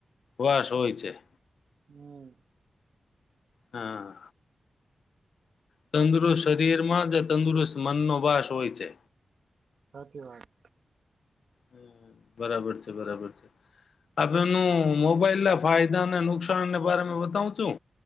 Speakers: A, on the left; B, on the right.
A: વાસ. હોય છે.
B: હમ
A: હા. તંદુરસ્ત શરીરમાં જ તંદુરસ્ત મનનો વાસ હોય છે.
B: સાચી વાત.
A: હં, બરાબર છે, બરાબર છે, અવેનું મોબાઈલના ફાયદા ને નુકસાન ને બારામાં બતાવું છું.